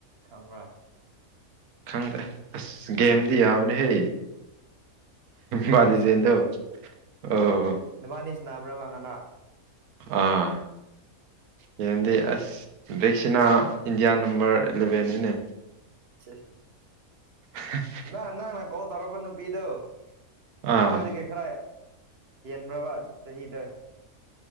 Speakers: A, on the right; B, on the right.
A: ꯈꯪꯕ꯭ꯔꯥ
B: ꯈꯪꯗ꯭ꯔꯦ ꯑꯁ ꯒꯦꯝꯗꯤ ꯌꯥꯕꯅꯦꯍꯦ
A: ꯑꯦꯝ
B: ꯕꯥꯂꯤꯖꯦꯟꯗꯣ
A: ꯑꯦꯜ
B: ꯑꯣ
A: ꯅꯨꯕꯥꯅꯤ ꯁꯥꯟꯅꯕꯔꯕ ꯉꯔꯥꯡ
B: ꯑꯥ ꯒꯦꯝꯗꯤ ꯑꯁ ꯚꯦꯛꯁꯤꯅꯥ ꯏꯟꯗꯤꯌꯥ ꯅꯝꯕꯔ ꯑꯦꯂꯦꯚꯦꯟ ꯅꯤꯅꯦ
A: ꯆꯩ
B: ꯎ <unintelligible>
A: ꯅ ꯅ ꯅ ꯀꯣꯜ ꯇꯧꯔꯨꯕ ꯅꯨꯄꯤꯗꯨ ꯑꯩꯈꫭꯏꯗꯒꯤ
B: ꯑꯥ
A: ꯈꯔ ꯍꯦꯟꯕ꯭ꯔꯕ ꯆꯍꯤꯗ